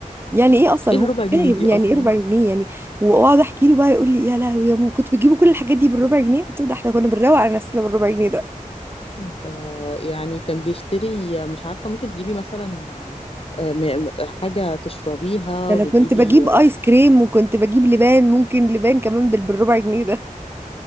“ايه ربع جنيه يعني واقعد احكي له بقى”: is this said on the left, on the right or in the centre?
Right